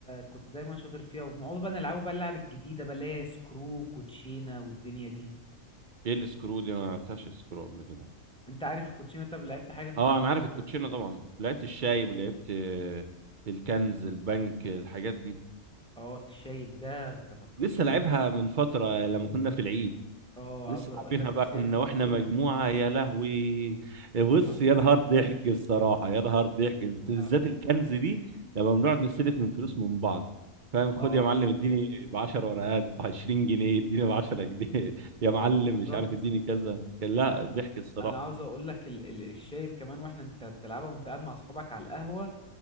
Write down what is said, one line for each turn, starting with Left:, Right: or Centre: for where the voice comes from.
Centre: كنت دايما شاطر فيها وبنقعد بقى نلعبوا بقى اللعب الجديدة بقى اللي هي سكرو كوتشينة والدنيا دي
Right: ايه السكرو دي انا ما لعبتهاش سكرو قبل كده
Centre: انت عارف الكوتشينة طب لعبت حاجة في
Right: اه
Centre: الكوتشينة
Right: انا عارف الكوتشينه
Centre: قبل كده
Right: طبعا لعبت الشايب ولعبت آه، الكنز البنك الحاجات دي
Centre: اه الشايب ده انت فكرتني
Right: لسه لعبها
Centre: بقى
Right: من فتره لما كنا في العيد
Centre: اه
Right: لسه
Centre: عاوز اقول
Right: لعبينها
Centre: لك
Right: بقى
Centre: الشايب
Right: كنا
Centre: جميلة
Right: واحنا مجموعه يا لهوي بص
Centre: بالظبط
Right: يا نهار ضحك الصراحه يا نهار ضحك بالذات
Centre: اه
Right: الكنز دي لما بنقعد نستلف من فلوس من بعض فاهم خد
Centre: آه.
Right: يا معلم اديني ب 10 ورقات ب 20 جنيه اديني ب 10 جنيه <laughs> يا معلم
Centre: بالظبط
Right: مش عارف اديني كذا كان لا
Centre: انا
Right: ضحك الصراحه
Centre: أنا عاوز اقول لك ال... ال... الشايب كمان واحنا انت بتلعبها وانت قاعد مع اصحابك على القهوه